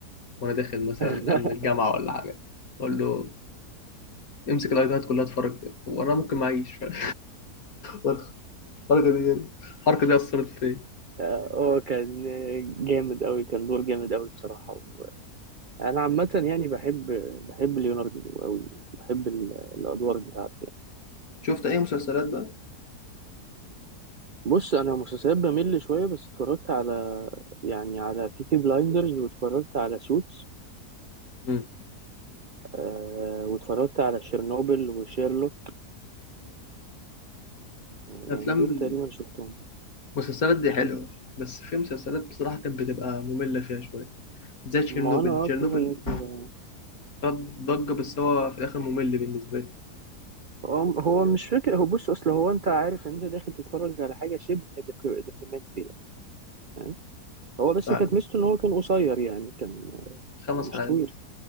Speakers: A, on the left; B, on the right.
A: وانا داخل مثلا
B: <laughs>
A: امن الجامعه ولا حاجه اقول له امسك الايدات كلها اتفرج فيها. وانا ممكن ما اعيش <laughs> فاهم؟ وأدخل. الحركه دي الحركه دي اثرت فيا
B: اه كان جامد قوي كان دور جامد قوي بصراحة وانا عامة يعني بحب بحب ليوناردو قوي بحب ال- الادوار بتاعته يعني
A: شفت اي مسلسلات بقى
B: بص انا مسلسلات بمل شوية بس اتفرجت على يعني على بيكي بلايندرز واتفرجت على سوتس
A: مم.
B: آه واتفرجت على شيرنوبل وشيرلوك يعني
A: افلام
B: دول
A: ال-
B: تقريبا شفتهم
A: المسلسلات دي حلوه بس في مسلسلات بصراحه كانت بتبقى ممله فيها شويه زي تشيرنوبل
B: ما انا اه
A: تشيرنوبل
B: في حاجات ما-
A: خد ضجه بس هو في الاخر ممل بالنسبه لي
B: هو هو مش فكرة هو بص اصل هو انت عارف ان انت داخل تتفرج على حاجة شبه دوكيومنتري يعني فاهم هو بس
A: فعلا
B: كانت ميزته ان هو كان قصير يعني كان
A: خمس
B: كان مش
A: حلقات
B: طويل